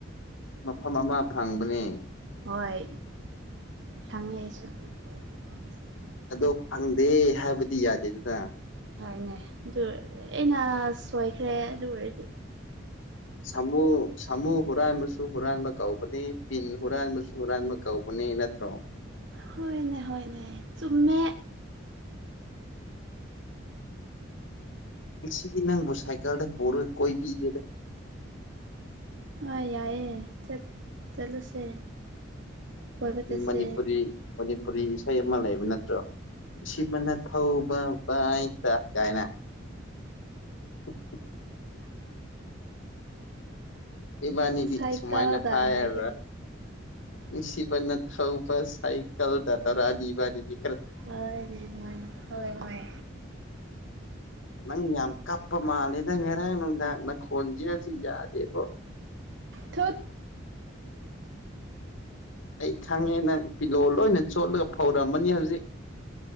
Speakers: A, on the left; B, on the right.
A: ꯃꯐꯝ ꯑꯃ ꯐꯪꯕꯅꯦ
B: ꯍꯣꯏ ꯈꯪꯉꯦ ꯑꯩꯁꯨ ꯥꯟꯁ
A: ꯑꯗꯣ ꯐꯪꯗꯦ ꯍꯥꯏꯕꯗꯤ ꯌꯥꯗꯦꯗꯅ
B: ꯁ ꯍꯥꯏꯅꯦ ꯑꯗꯨ ꯑꯩꯅ ꯁꯣꯏꯈ꯭ꯔꯦ ꯑꯗꯨ ꯑꯣꯏꯔꯗꯤ
A: ꯁꯥꯃꯨ ꯁꯥꯃꯨ ꯍꯨꯔꯥꯟꯕꯁꯨ ꯍꯨꯔꯥꯟꯕ ꯀꯧꯕꯧꯅꯤ ꯄꯤꯟ ꯍꯨꯔꯥꯟꯕꯁꯨ ꯍꯨꯔꯥꯟꯕ ꯀꯧꯕꯅꯤ ꯅꯠꯇ꯭ꯔꯣ
B: ꯍꯣꯏꯅꯦ ꯍꯣꯏꯅꯦ ꯆꯨꯝꯃꯦ
A: ꯉꯁꯤꯗꯤ ꯅꯪꯕꯨ ꯁꯥꯏꯀꯜꯗ ꯄꯨꯔꯣꯏ ꯀꯣꯏꯕꯤꯒꯦꯗ
B: ꯍꯣꯏ ꯌꯥꯏꯑꯦ ꯆꯠꯂꯨꯁꯦ ꯀꯣꯏꯕ ꯆꯠꯁꯦ
A: ꯃꯅꯤꯄꯨꯔꯤ ꯃꯅꯤꯄꯨꯔꯤ ꯏꯁꯩ ꯑꯃꯜ ꯂꯩꯕ ꯅꯠꯇ꯭ꯔꯣ ꯅꯨꯡꯁꯤꯕꯅ ꯊꯧꯕ ꯍꯛꯇ ꯀꯥꯏꯅ <inaudible> ꯏꯕꯥꯅꯤꯗꯤ
B: ꯁꯥꯏꯀꯜꯗ
A: ꯁꯨꯃꯥꯏꯅ ꯍꯥꯏꯔꯕ꯭ꯔꯥ
B: ꯍꯥꯏꯒꯦ
A: ꯅꯨꯡꯁꯤꯕꯅ ꯊꯧꯕ ꯁꯥꯏꯀꯜꯗ ꯇꯧꯔꯥꯗꯤ ꯏꯕꯗꯤꯗꯤ
B: ꯍꯣꯏꯅꯦ ꯍꯣꯏ ꯍꯣꯏ ꯃꯣꯏ
A: ꯅꯪ ꯌꯥꯝ ꯀꯞꯄ
B: ꯍꯣꯏꯅꯦ
A: ꯃꯥꯜꯂꯦ ꯅꯪ ꯉꯔ ꯅꯨꯡꯗꯥ ꯅꯪ ꯈꯣꯟꯖꯦꯔꯁꯨ ꯌꯥꯗꯦꯕꯣ꯫
B: ꯊꯠ
A: ꯑꯩ ꯈꯪꯉꯦ ꯅꯪ ꯄꯤꯂꯣ ꯂꯣꯏꯅ ꯆꯣꯠꯂꯒ ꯐꯧꯔꯝꯕꯅꯤ ꯍꯧꯖꯤꯛ